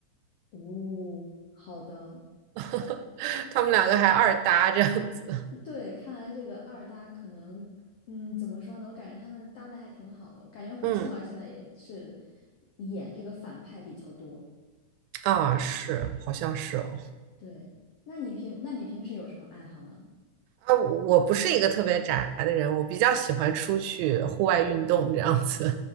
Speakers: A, on the left; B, on the right.
A: 哦，好的，
B: <laughs> 他们两个还二搭这样子。
A: 对，看来这个二搭可能，嗯，怎么说呢？我感觉他们搭的还挺好的，我感觉胡杏儿现在也是
B: 嗯，
A: 演这个反派比较多。
B: 啊，是，好像是哦。
A: 对，那你平那你平时有什么爱好呢？
B: 啊，我不是一个特别宅的人，我比较喜欢出去户外运动这样子。